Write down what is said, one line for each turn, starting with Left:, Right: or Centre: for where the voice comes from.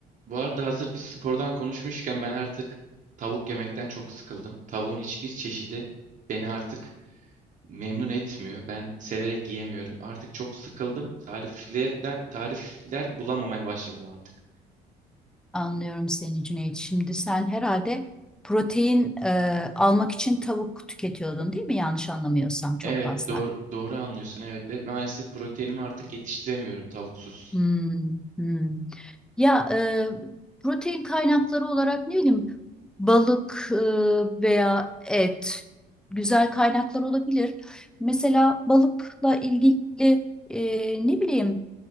Right: Bu arada hazır bir spordan konuşmuşken ben artık tavuk yemekten çok sıkıldım. Tavuğun hiçbir çeşidi beni artık memnun etmiyor. Ben severek yiyemiyorum. Artık çok sıkıldım. Tariflerden tarifler bulamamaya başladım artık.
Centre: Anlıyorum seni Cüneyt. Şimdi sen herhalde protein e, almak için tavuk tüketiyordun değil mi? Yanlış anlamıyorsam çok
Right: Evet,
Centre: fazla.
Right: doğru doğru anlıyorsun. Evet ve maalesef proteinimi artık yetiştiremiyorum tavuksuz.
Centre: Hmm, hmm. Ya e, protein kaynakları olarak ne bileyim balık e, veya et güzel kaynaklar olabilir. Mesela balıkla ilgili e, ne bileyim